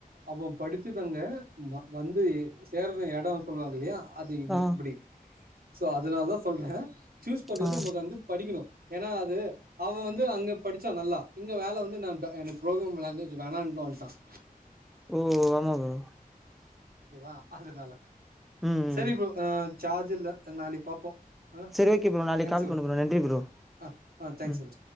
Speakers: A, on the right; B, in the centre.
A: அவன் படிச்சு தந்த வ வந்து சேர எடம் சொல்லுவாங்க இல்லையா அது இங்க
B: ஆ
A: இப்படி சோ அத் அதனால தான் சொல்றேன் ஜூஸ் பண்றது
B: ஆ
A: நமக்கு வந்து படிக்கணும் ஏன்னா அது அவன் வந்து அங்க படிச்சான் நல்லா இங்க வேல வந்து நான் எனக்கு புரோக்ராம் விளாங் வேணாண் டோ ஃபஸ்
B: ஓ ஆமா ப்ரோ
A: ஓகேவா அதனால
B: ம் ம்
A: செரி ப்ரோ ஆ ஜார்ஜ் இல்ல நாளைக்கு பார்ப்போம் ஆ
B: சரி ஓகே ப்ரோ நாளைக்கு
A: தேங்க்ஸ்
B: கால்
A: ப்ரோ
B: பண்ணு நன்றி ப்ரோ
A: ஆ ஆ தேங்க்ஸ்
B: ம்
A: ப்ரோ